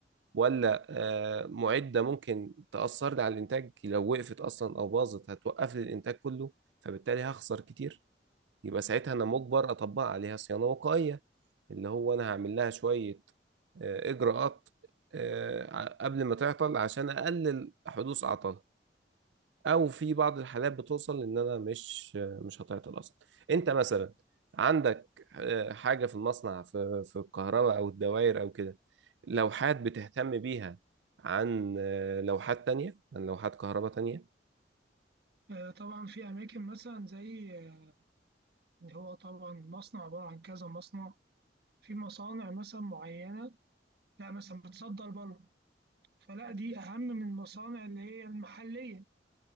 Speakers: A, on the right; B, on the right.
A: ولا آه، معدة ممكن تأثر لي على الإنتاج لو وقفت أصلا أو باظت هتوقف لي الإنتاج كله فبالتالي هخسر كتير يبقى ساعتها أنا مجبر أطبق عليها صيانة وقائية اللي هو أنا هعمل لها شوية آه، إجراءات آه، ع- قبل ما تعطل عشان أقلل حدوث أعطال او في بعض الحالات بتوصل ان انا مش مش هتعطل اصلا انت مثلا عندك آه، حاجه في المصنع في في الكهرباء او الدوائر او كده لوحات بتهتم بيها عن آه، لوحات تانية عن لوحات كهرباء تانية
B: آه طبعا في اماكن مثلا زي آه يعني هو طبعا مصنع عباره عن كذا مصنع في مصانع مثلا معينه لا مثلا بتصدر بره فلا دي اهم من المصانع اللي هي المحليه